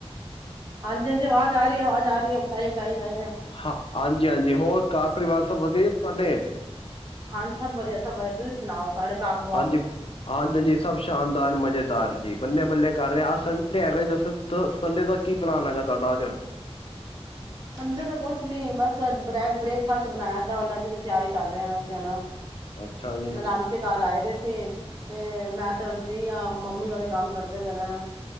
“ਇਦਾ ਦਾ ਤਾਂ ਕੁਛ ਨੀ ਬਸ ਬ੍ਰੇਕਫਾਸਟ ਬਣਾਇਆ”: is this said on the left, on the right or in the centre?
Right